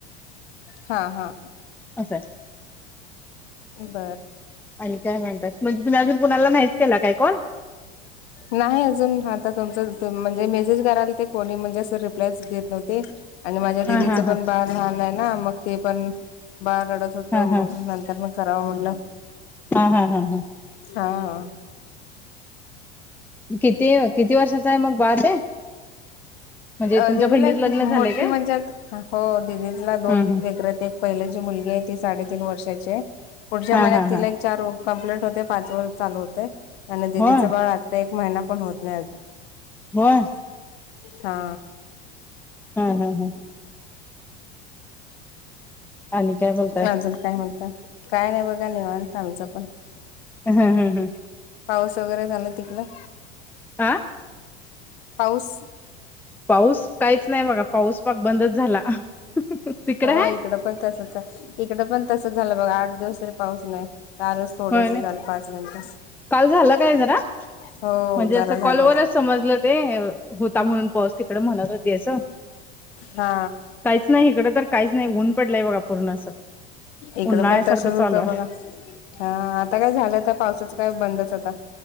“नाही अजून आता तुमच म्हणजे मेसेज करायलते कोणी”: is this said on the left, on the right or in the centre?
Left